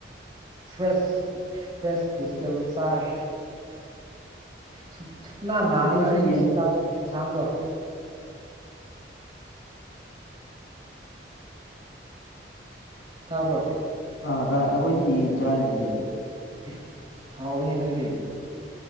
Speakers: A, on the right; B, on the left.
A: ꯐ꯭ꯔꯦꯁ ꯐ꯭ꯔꯦꯁ ꯚꯤꯖꯤꯇꯦꯕꯜ ꯆꯥꯔꯦ ꯁꯨꯞ ꯁꯨꯞꯅ
B: ꯑꯩꯈꯣꯏꯗꯤ
A: ꯅꯥꯔꯔꯣꯏ ꯑꯩ ꯉꯁꯤ
B: ꯌꯦꯟ
A: ꯆꯥꯕ ꯏꯟꯁꯥꯡꯗꯣ ꯇꯥꯕ꯭ꯔꯣ
B: ꯑꯥ ꯇꯥꯏ ꯑꯩꯈꯣꯏꯗꯤ ꯌꯦꯟ ꯆꯥꯏꯅꯦ ꯉꯁꯤ
A: ꯑꯦ ꯍꯥꯎꯋꯦꯅꯦ ꯅꯣꯏꯗꯤ